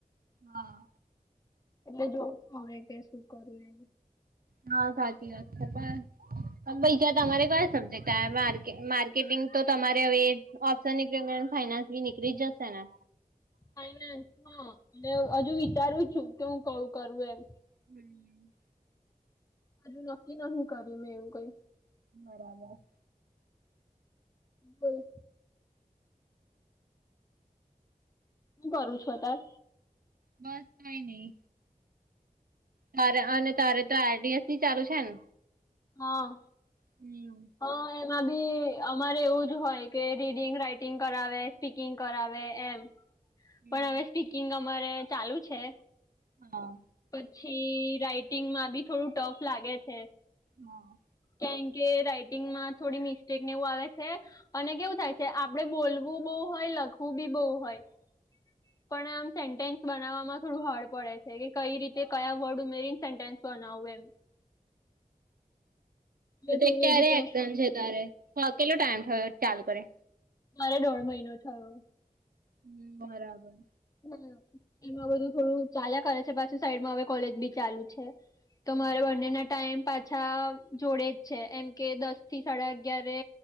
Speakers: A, on the right; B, on the left.
A: હા
B: એટલે જોસુ હવે કે સુ કરવુ એ
A: હા, સાચી વાત છે, પણ બીજા તમારે કયા સબ્જેક્ટ આવ માર્કે, માર્કેટિંગ તો તમારે હવે ઓપ્શન એટલે ફાઈનાન્સ બી નીકળી જસે ને?
B: ફાઈનાન્સ, હ, હજુ વિચારું છું કે હું કયુ કરુ એમ.
A: હમ
B: હજુ નક્કી નહિં કર્યું મેં એવું કંઇ.
A: બરાબર.
B: બોમ સુ કરું છું અતાર?
A: બસ કંઈ નહી. મારે અને તારે તો આરડીએસ બી ચાલુ છે ને?
B: હા
A: હમ
B: હ એમાં બી અમારે એવું જ હોય કે, રીડિંગ, રાઈટિંગ કરાવે, સ્પીકિંગ કરાવે વે એમ.
A: હમ
B: પણ હવે સ્પીકિંગ અમારે ચાલુ છે.
A: હા
B: પછી રાઈટિંગમાં બી થોડું ટફ લાગે છે.
A: હા
B: કેમ કે રાઈટિંગમાં થોડી મિસ્ટેક ને એવું આવે છે અને કેવું થાય છે આપડે બોલવું બહુ હોય હોય લખવું બી બહુ હોય, પણ આમ સેન્ટેન્સ બનાવવામાં થોડું હાર્ડ પડે છે કે કઈ રીતે કયા વર્ડ ઉમેરીને સેન્ટેન્સ બ નાવું એમ. એટલે
A: કે
B: થોડું
A: ક્યારે
B: એ બી ટફ
A: એક્ઝામ છે તારે? અ કેટલો ટાઈમ થયો? ચાલુ કરે
B: મારે દોઢ મહિનો થયો.
A: હમ, બરાબર.
B: હ, એમાં બધું થોડું ચાલ્યા કરે છે, પાછું સાઈડમાં હવે કોલેજ બી ચાલુ છે. તો
A: હા
B: મારે બંનેના ટાઈમ પાછા જોડે જ છે એમ કે દસ થી સાડા અગ યારે